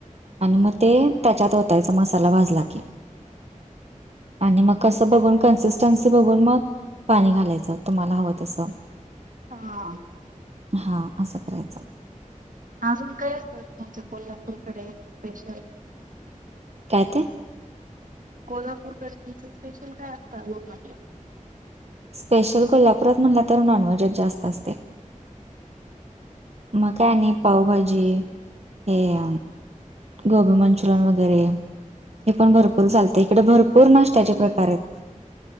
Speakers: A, on the right (about 50°); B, on the right (about 80°).
A: आणि मग ते त्याच्यात ओतायचा, मसाला भाजला कीऽ आणि मग कसं बघून, कन्सिस्टन्सी बघून मग,, पाणी घालायचं, तुम्हाला हवं तसं.
B: हा,
A: हा, असं करायचं.
B: अजून काय असत? तुमच्या कोल्हापूरकडे स्पेशल,
A: काय ते?
B: कोल्हापूरकडे तुमचं स्पेशल काय असतं म्हटलं?
A: स्पेशल कोल्हापुरात म्हणला तर नॉनव्हेजच जास्त असतय. मग काय आणि पावभाजी, हेऽ गोबी मंचुरियन वगैरे,, हे पण भरपूर चालतय इकडे, भरपूर नाश्त्याचे प्रकार आहेत.